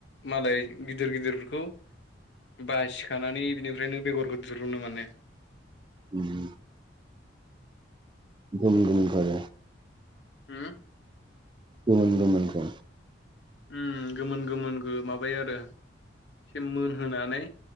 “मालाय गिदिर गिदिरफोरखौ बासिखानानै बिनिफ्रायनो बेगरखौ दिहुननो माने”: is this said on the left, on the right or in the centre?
Left